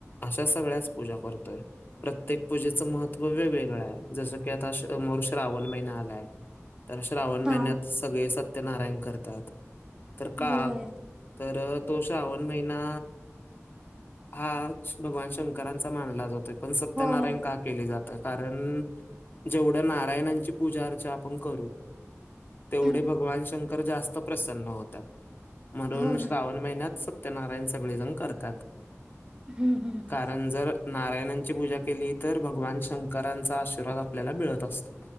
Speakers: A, on the left (about 40°); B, on the right (about 15°).
A: अशा सगळ्याच पूजा करतोय, प्रत्येक पूजेचं महत्त्व वेगवेगळ हाय, जसं की आता समोर श्रावण महिना आलाय. तर श्रावण
B: हा
A: महिन्यात सगळे सत्यनारायण करतात. तर का?
B: होय
A: तर तो श्रावण महिना हा भगवान शंकरांचा मानला जातोय, पण सत्यनारायण
B: होय
A: का केले जाते. कारण, जेवढ्या नारायणांची पूजा अर्चा आपण करू. तेवढे
B: हम्म
A: भगवान शंकर जास्त प्रसन्न होतात, म्हणून
B: होय
A: श्रावण महिन्यात सत्यनारायण सगळे जण करतात.
B: हम्म हम्म हम्म.
A: कारण जर नारायणांची पूजा केली तर भगवान शंकरांचा आशीर्वाद आपल्याला मिळत असतो